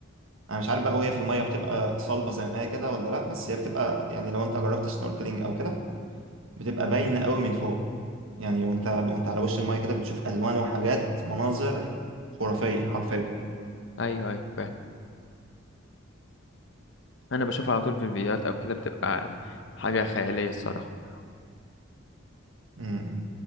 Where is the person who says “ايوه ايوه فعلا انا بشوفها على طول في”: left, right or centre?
Left